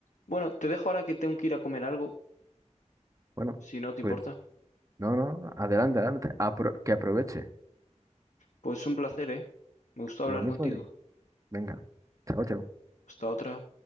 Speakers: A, on the left; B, on the right.
A: Bueno, te dejo ahora que tengo que ir a comer algo,
B: Bueno,
A: si no te
B: pues,
A: importa.
B: no, no, adelante, adelante. Apro- que aproveche.
A: Pues un placer, ¿eh? Me gustó
B: Lo
A: hablar
B: mismo
A: contigo.
B: de. Venga. Chao, chao.
A: Hasta otra.